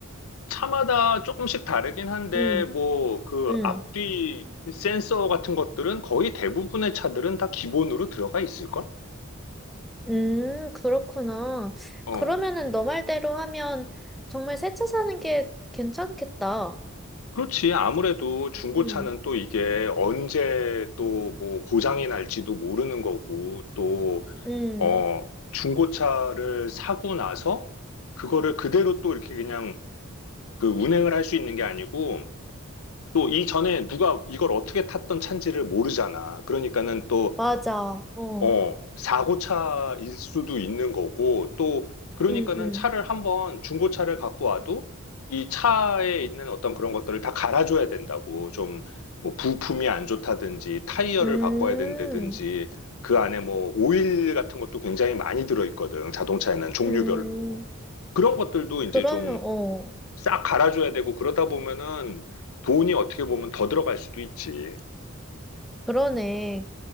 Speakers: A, on the left; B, in the centre.
A: 차마다 조금씩 다르긴 한데
B: 음.
A: 뭐 그
B: 음.
A: 앞뒤 센서 같은 것들은 거의 대부분의 차들은 다 기본으로 들어가 있을걸?
B: 음, 그렇구나.
A: 어.
B: 그러면은 너 말대로 하면 정말 새 차 사는 게 괜찮겠다.
A: 그렇지. 아무래도 중고차는
B: 음.
A: 또 이게 언제 또 뭐 고장이 날지도 모르는 거고 또
B: 음.
A: 어, 중고차를 사고 나서 그거를 그대로 또 이렇게 그냥 그 운행을 할 수 있는 게 아니고 또 이전에 누가 이걸 어떻게 탔던 차인지를 모르잖아. 그러니까는 또
B: 맞아. 어.
A: 어, 사고차일 수도 있는 거고, 또, 그러니까는
B: 응응,
A: 차를 한번, 중고차를 갖고 와도 이 차에 있는 어떤 그런 것들을 다 갈아줘야 된다고. 좀, 뭐, 부품이 안 좋다든지, 타이어를
B: 음.
A: 바꿔야 된다든지, 그 안에 뭐, 오일 같은 것도 굉장히 많이 들어있거든. 자동차에는 종류별로.
B: 음.
A: 그런 것들도 이제
B: 그러면
A: 좀
B: 어.
A: 싹 갈아줘야 되고, 그러다 보면은 돈이 어떻게 보면 더 들어갈 수도 있지.
B: 그러네.